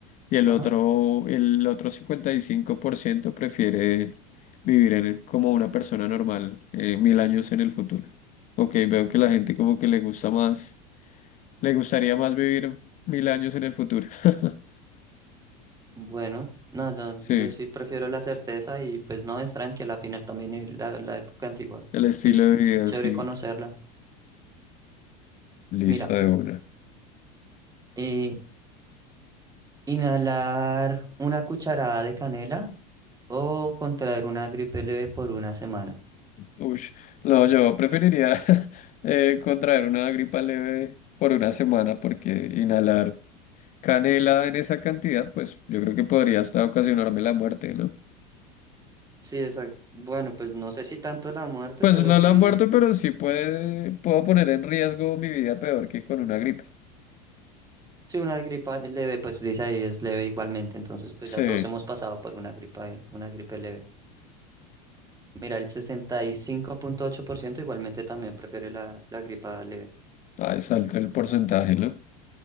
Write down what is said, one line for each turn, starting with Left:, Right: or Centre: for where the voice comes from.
Left: y el
Right: Ajá.
Left: otro, el otro 55% prefiere vivir en- como una persona normal eh, mil años en el futuro. Ok, veo que la gente como que le gusta más, le gustaría más vivir mil años en el futuro. <laughs>
Right: Bueno, no, yo,
Left: Sí,
Right: yo sí prefiero la certeza y pues no es tranquila, al final también el- la, la época antigua,
Left: el estilo
Right: pues
Left: de vida,
Right: chévere
Left: sí,
Right: conocerla.
Left: lista
Right: Mira,
Left: de una.
Right: eh, inhalar una cucharada de canela o contraer una gripe leve por una semana.
Left: Uy, no, yo preferiría <laughs> eh, contraer una gripa leve por una semana porque inhalar canela en esa cantidad, pues yo creo que podría hasta ocasionarme la muerte, ¿no?
Right: Sí, exacto. Bueno, pues no sé si tanto la muerte,
Left: Pues
Right: pero
Left: no
Right: sí.
Left: la muerte, pero sí puede, puedo poner en riesgo mi vida peor que con una gripe.
Right: Si una gripa leve, pues dice ahí es leve igualmente, entonces pues
Left: Sí,
Right: ya todos hemos pasado por una gripa, eh, una gripe leve. Mira, el sesenta y cinco punto ocho por ciento igualmente también prefiere la, la gripa leve.
Left: ahí salta el porcentaje, ¿no?